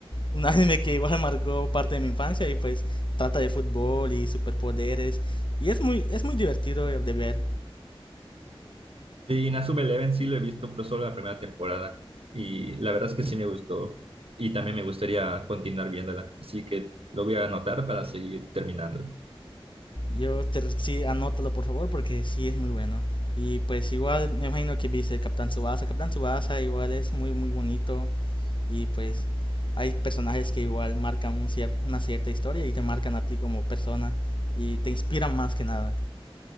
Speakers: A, on the left; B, on the right.
A: un anime que igual <laughs> marcó parte de mi infancia y pues trata de fútbol y superpoderes y es muy es muy divertido de ver.
B: Sí, Inazuma Eleven sí lo he visto, pero solo la primera temporada. Y la verdad es que sí me gustó. Y también me gustaría continuar viéndola. Así que lo voy a anotar para seguir terminándola.
A: Yo te sí anótalo por favor porque sí es muy bueno. Y pues igual me imagino que viste Capitán Subasa, Capitán Subasa igual es muy muy bonito y pues hay personajes que igual marcan un cier- una cierta historia y te marcan a ti como persona y te inspiran más que nada.